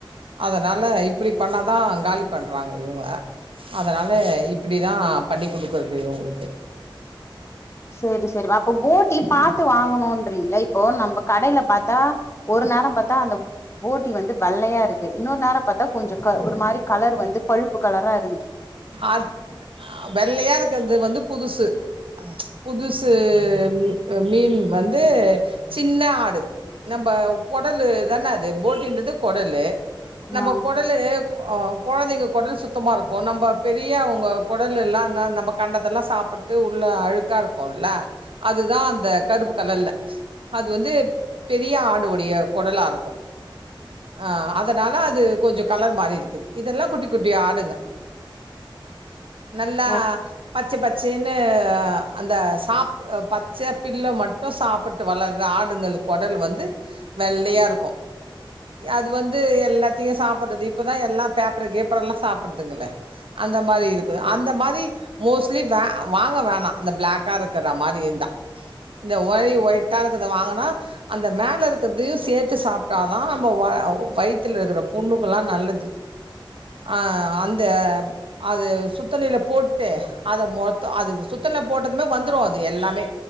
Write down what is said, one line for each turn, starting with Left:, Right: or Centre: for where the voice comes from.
Right: அதனால இப்டி பண்ணாதா காலி பண்றாங்க இவ்ங்க அதனால இப்டிதா பண்ணி குடுக்குறது இவ்ங்களுக்கு
Left: சேரி சேரிப்பா அப்ப போட்டி பாத்து வாங்கணுன்றீங்ளா இப்போ நம்ப கடைல பாத்தா ஒரு நேர பாத்தா அந்த பட்டி வந்து வெள்ளையா இருக்கு இன்னொரு நேர பாத்தா கொஞ்ச க ஒரு மாரி கலர் வந்து பழுப்பு கலரா இருக்
Right: அத் வெள்ளையா இருக்கிறது வந்து புதுசு புதுசு அ மீன் வந்து சின்ன ஆடு நம்ப கொடலு தான அது போட்டின்றது கொடலு நம்ப
Left: ஆ
Right: கொடலு ஆ கொழந்தைங்க கொடல் சுத் சுத்தமா இருக்கு நம்ப பெரியவ்ங்க கொடலெல்லா ந நம்ப கண்டதெல்லா சாப்பிட்டு உள்ள அழுக்கா இருக்குல்ல அதுதா அந்த கருப்பு கலர்ல அது வந்து பெரிய ஆடுவொடைய குடலா இருக்கு ஆ அத்னால அது கொஞ்சோ கலர் மாறி இருக்கு இதெல்லாம் குட்டி குட்டி ஆ டுங்க நல்லா
Left: ஓ
Right: பச்ச பச்சேன்னு அந்த சாப் பச்சையா ஃபில்ல மட்டும் சாப்ட் ட்டு வளர்தா ஆடுங்கள்லு கொடலு வந்து வெள்ளையா இருக்கு அது வந்து எல்லாத்தையு சாப்படுறது இப்பதா எல்லா பேப்பரு கீப்பர்ரு எல்லா சாப்படுறதுங்களே அந்த மாரி இருக்குது அந்த மாரி மோஸ்லி வே வாங்க வேணா இந்த பிளாக்கா இருக்குற மாரியுந்தா இந்த ஒய் ஒயிட்டா இருக்குறத வாங்குனா அந்த மேல இருக்குறதையு சேத்து சாப்ட்டாதா நம்ம வா வயித்துல இருக்குற புண்ணுக்கெல்லா நல்லது ஆ அந்த அது சுத்தணில போட்டு அத மொத்தோ அது சுத்தணில போட்டதுமே வந்துரு அது எல்லாமே